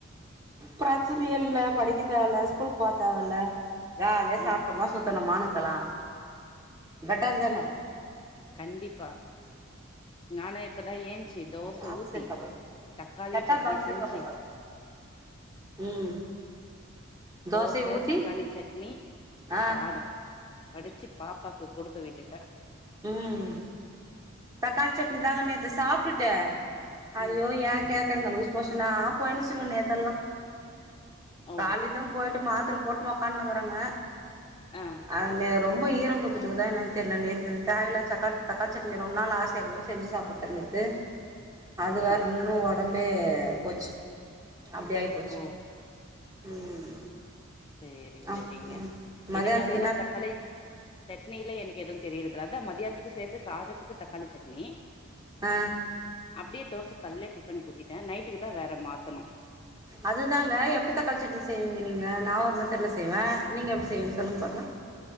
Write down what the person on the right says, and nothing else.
பிரச்சனையே இல்ல படிக்க தேவல ஸ்கூல் போத்தேவல்ல ஜாலியா
சாப்ட்டமா சுத்தணமானுக்கலா பெட்டர் தான
பாக்ஸ்
இருக்கா பாரு
செட்டாப்
பாக்ஸ்
இருக்கா பாரு பாரு ம்
தோசைய ஊத்தி
ஆ
ம் தக்காளிச் சட்னி தாங்க நேத்து சாப்ட்டுட்டு ஐயோ
ஏ கேக்குறீங்க லூஷ்மோஷனா போயினுருஞ்சுங்க நேத்தெல்லா
காலைலு பொய்ட்டு மாத்ர போட்டுனு ஒக்காந்துனுக்றங்க
அது ரொம் ரொம்ப ஈரம் குடுத்துட்டுருக்குதா என்னான் தெர்ல நேத்து தேவயில்லாத சக்கா தக்காளிச்சட்னி ரொம்ப நாள் ஆசையாக்குதுன் செஞ்சு சாப்பிட்டே நேத்து அது வேற
இன்னு ஒடம்பே போச்சு அப்டி ஆயிப் போச்சு
ம்
ஆ மதியானத்துக்கு
என்ன
அ
அதுதாங்க எப்டி தக்காளிச் சட்னி செய்வீங்க நீங்க நா ஒரு மெத்தர்டுல செய்வே நீங்க எப்டி செய்வீங்க சொல்லுங்க பாக்கலா